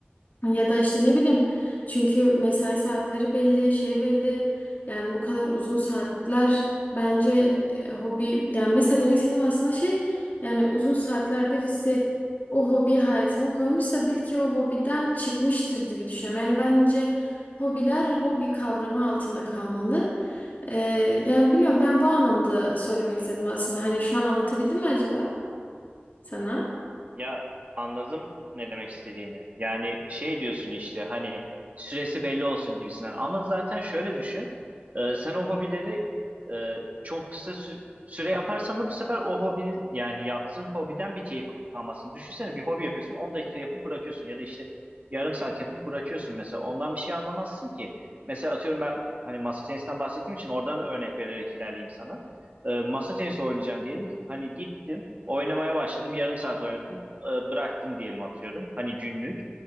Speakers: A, on the left; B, on the right.
A: Ya da işte ne bileyim çünkü mesai saatleri belli, şey belli. Yani bu kadar uzun saatler bence e, hobi yani mesela demek istediğim aslında şey yani uzun saatler birisi o hobi hayatına koymuşsa bil ki o hobiden çıkmıştır gibi düşünüyorum. Yani bence hobiler hobi kavramı altında kalmalı. Ee, yani bilmiyorum ben bu anlamda söylemek istedim aslında. Hani şu an anlatabildim mi acaba sana?
B: Ya anladım ne demek istediğini. Yani şey diyorsun işte hani süresi belli olsun gibisinden. Ama zaten şöyle düşün. e, sen o hobileri e, çok kısa sü- süre yaparsan da bu sefer o hobinin yani yaptığın hobiden bir keyif almasın. Düşünsene bir hobi yapıyorsun 10 dakika yapıp bırakıyorsun ya da işte yarım saat yapıp bırakıyorsun mesela. Ondan bir şey anlamazsın ki. Mesela atıyorum ben hani masa tenisinden bahsettiğim için oradan örnek vererek ilerleyeyim sana. E, masa tenisi oynayacağım diyelim. Hani gittim, oynamaya başladım. Yarım saat oynadım e, bıraktım diyelim atıyorum. Hani günlük.